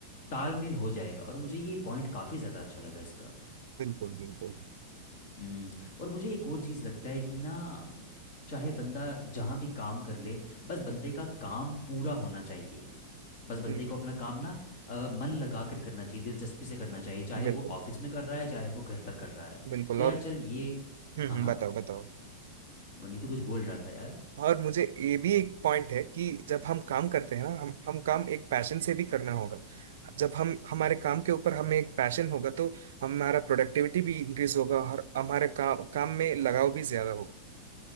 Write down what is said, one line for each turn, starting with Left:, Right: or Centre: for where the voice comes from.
Left: तालमेल हो जाएगा और मुझे ये पॉइंट काफ़ी ज़्यादा अच्छा लगा इसका
Right: बिल्कुल बिल्कुल
Left: हम्म और मुझे एक और चीज़ लगता है कि ना चाहे बंदा जहाँ भी काम कर ले बस बंदे का काम पूरा होना चाहिए बस बंदे
Right: हम्म
Left: को अपना काम ना अ, मन लगा कर करना चाहिए दिलचस्पी से करना चाहिए चाहे
Right: बिल्कुल
Left: वो ऑफिस में कर रहा है चाहे वो घर पर कर रहा है
Right: बिल्कुल
Left: तो यार
Right: और
Left: चल ये
Right: हम्म
Left: हाँ
Right: हम्म,
Left: हाँ
Right: बताओ बताओ
Left: वनी तो कुछ बोल रहा था यार
Right: और मुझे ये भी एक पॉइंट है कि जब हम काम करते हैं ना हम हम काम एक पैशन से भी करना होगा जब हम हमारे काम के ऊपर हमें एक पैशन होगा तो हमारा प्रोडक्टिविटी भी इंक्रीज होगा और हमारे काम काम में लगाव भी ज्यादा होगा